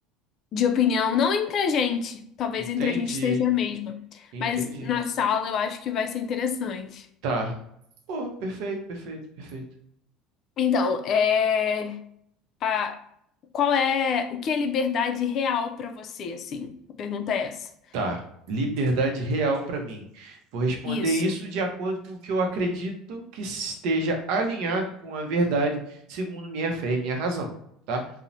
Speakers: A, on the left; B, on the right.
A: de opinião, não entre a gente, talvez
B: Entendi,
A: entre a gente seja a mesma,
B: entendi.
A: mas na sala eu acho que vai ser interessante.
B: Tá. Pô, perfeito, perfeito, perfeito.
A: Então, é a- qual é o que é liberdade real pra você, assim? A pergunta é essa.
B: Tá. Liberdade real para mim. Vou responder
A: Isso.
B: isso de acordo com o que eu acredito que esteja alinhado com a verdade, segundo minha fé e minha razão, tá?